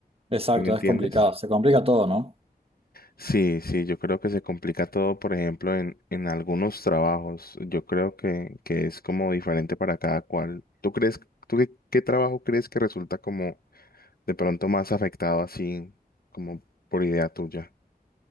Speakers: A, on the right (about 35°); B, on the left (about 70°).
A: Exacto,
B: ¿Sí me entiendes?
A: es complicado, se complica todo, ¿no?
B: Sí, sí, yo creo que se complica todo, por ejemplo, en, en algunos trabajos. Yo creo que, que es como diferente para cada cual. ¿Tú crees, tú qué, qué trabajo crees que resulta como de pronto más afectado así como por idea tuya.